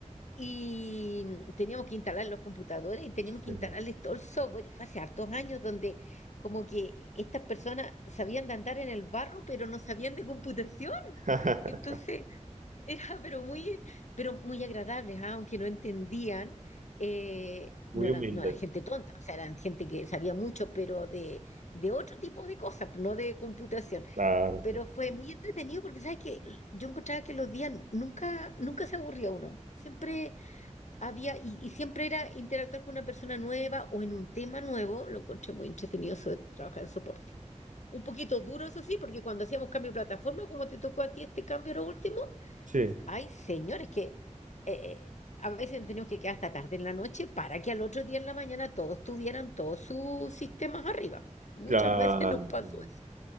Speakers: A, on the left (about 65°); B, on the right (about 90°).
A: y teníamos que instalar los computadores y teníamos
B: Sí.
A: que instalarles todo el software. Y fue hace hartos años donde como que estas personas sabían de andar en el barro, pero no sabían de computación.
B: <laughs>
A: <laughs> Entonces era pero muy, pero muy agradables, ¿ah? Aunque no entendían, eh,
B: Muy
A: no eran,
B: humilde.
A: no eran gente tonta, o sea, eran gente que sabía mucho, pero de, de otro tipo de cosas, no de computación.
B: Claro,
A: Pero
B: claro.
A: fue muy entretenido porque, ¿sabes que Yo encontraba que los días nunca, nunca se aburría uno. Siempre había, y, y siempre era interactuar con una persona nueva o en un tema nuevo, lo encontré muy entretenido eso de trabajar en soporte. Un poquito duro, eso sí, porque cuando hacíamos cambio de plataforma, como te tocó a ti este cambio lo último,
B: Sí.
A: ay señores, que eh, eh, a veces teníamos que quedar hasta tarde en la noche para que al otro día en la mañana todos tuvieran todos sus sistemas arriba. Muchas
B: Claro.
A: <laughs> veces nos pasó
B: Mm.
A: eso.